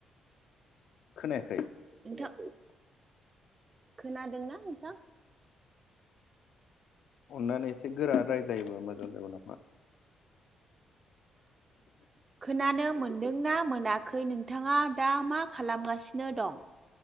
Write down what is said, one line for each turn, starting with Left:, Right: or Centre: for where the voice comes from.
Left: खोनाया
Right: नोंथां खोनादोंना नोंथां
Left: अननानै एसे गोरा रायजलायोबा मोजां जागोन नामा
Right: <inaudible> खोनानो मोनदोंना मोनाखै नोंथाङा दा मा खालामगासिनो दं